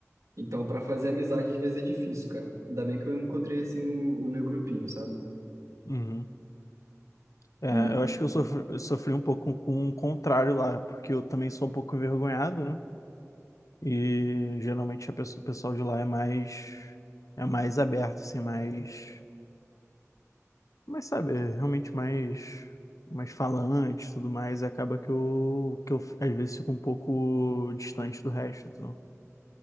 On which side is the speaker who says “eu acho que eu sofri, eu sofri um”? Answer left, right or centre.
Left